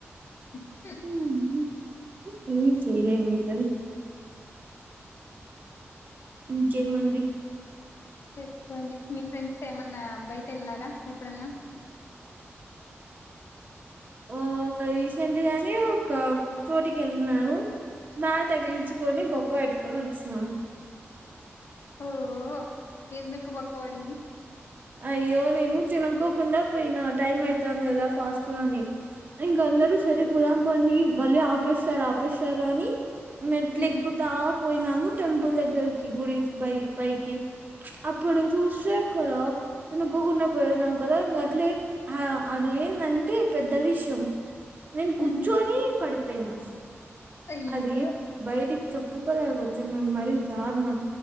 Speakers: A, on the left; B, on the right.
A: ఉహూ.
B: ఉమ్ ఏం చేయలేం వీలనీ. ఇంకేముంది.
A: చెప్పాండి మీ ఫ్రెండ్స్ తో ఏమన్నా బయట వెళ్ళారా ఎప్పుడన్నా.
B: ఓ రీసెంట్ గానే. ఒక చోటికి వెళ్ళినాను బాగా తగిలించుకొని బొక్క పెట్టుకొని వచ్చినాను.
A: ఓ ఎందుకు బోక్కపడింది.
B: అయ్యో నేను చునుకోకుండా పోయిన టైం అయితాంది కదా ఫాస్ట్ గాని. ఇంక అందరు సరే పోదాంపండి మళ్ళీ ఆపేస్తారు ఆపేస్తారు అని. మెట్లు
A: హ్మ్
B: ఎక్కుతా పోయినాము టెంపుల్ దగ్గరికి గుడి పై పైకి. ప్చ్ అప్పుడు చూసి ఎక్కర. తనుకోకుండా పోయిన్నావు కదా ఇంకా అట్లే
A: హ్మ్
B: అదేందంటే పెద్ద విషయం. నేను
A: హ్మ్
B: కూర్చోని పడిపోయినా.
A: అయ్యో
B: అది బయటికి చేప్పుకోలేకపోతున్నాం మరీ దారుణం